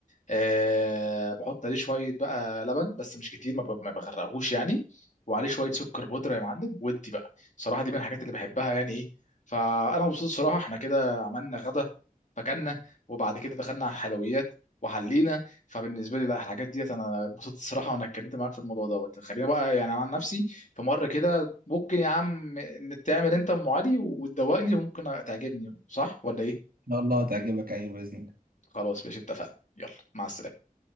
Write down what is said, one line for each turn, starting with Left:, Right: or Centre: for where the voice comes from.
Left: أه بحط عليه شويه بقى لبن بس مش كتير ما ب- ما بغرقهوش يعني وعليه شويه سكر بودره يا معلم ودي بقى صراحه دي من الحاجات اللي بحبها يعني ايه فانا مبسوط صراحه احنا كده عملنا غدا فكلنا وبعد كده دخلنا على الحلويات وحلينا فبالنسبه لي لا الحاجات ديت انا اتبسطت الصراحه وانا اتكلمت معاك في الموضوع دوت خلينا بقى يعني أنا عن نفسي في مره كده ممكن يا عم إن تعمل انت ام علي وتدوقني وممكن تعجبني صح ولا ايه
Right: شاء الله هتعجبك ايوه باذن الله
Left: خلاص ماشي اتفقنا يلا مع السلامه